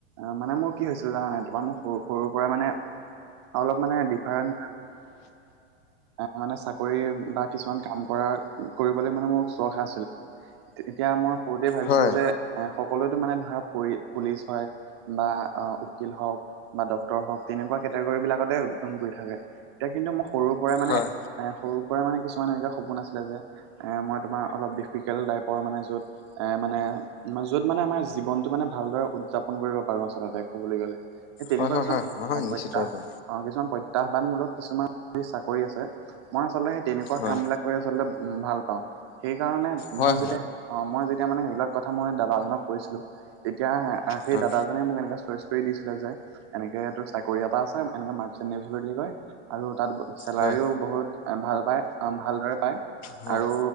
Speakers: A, on the right; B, on the left.
A: অঁ মানে মোৰ কি হৈছিল জানানাই তোমাৰ মোৰ সৰু সৰুৰ পৰা মানে অলপ মানে ডিফাৰেন- এ মানে চাকৰি বা কিছুমান কাম কৰা কৰিবলৈ মানে মোৰ চখ আছিল। এতিয়া মই সৰুতে ভাবিছিলো
B: হয়
A: যে এ সকলোৱতো মানে ধৰা পুলিচ হয়। বা উকিল হওক বা ডক্তৰ হওক তেনেকুৱা কেটেগৰী বিলাকতে গৈ থাকে। এতিয়া কিন্তু মই সৰুৰ পৰাই মানে
B: হয়
A: এঁ সৰুৰ পৰাই মানে কিছুমান এনেকুৱা সপোন আছিলে যে, এঁ মই তোমাৰ অলপ ডিফিকাল্ট টাইপৰ মানে য'ত এঁ মানে- যত মানে আমাৰ জীৱনটো মানে ভালদৰে উদযাপন কৰিব পাৰো আচলতে কবলৈ গ'লে। সে তেনেকুৱা
B: হয় হয়
A: কিছুমান
B: হয় হয় হয়
A: সমপ্ৰট্যাহ‌।
B: নিশ্চিত ৰূপে
A: অঁ কিছুমান প্ৰত্যাহ্বানমূলক কিছুমান চাকৰি আছে মই আচলতে সেই তেনেকুৱা
B: হয়
A: কাম বিলাক- কৰি আচলতে ভাল পাওঁ সেইকাৰণে
B: হয়
A: মই
B: হয়
A: যেতিয়া- অঁ মই যেতিয়া মানে সেইবিলাক কথা মই দাদাজনক কৈছিলো তেতিয়া সেই
B: হয়
A: দাদাজনে মোক এনেকে চৈছ- কৰি দিছিলে যে, এনেকে টো চাকৰি এটা আছে এনেকে মাৰ্চেণ্ নভি বুলি কয় আৰু তাত চেলাৰিও
B: হয় হয়
A: ব- বহুত ভাল পায়, অ ভালদৰে পায়
B: হয়
A: আৰু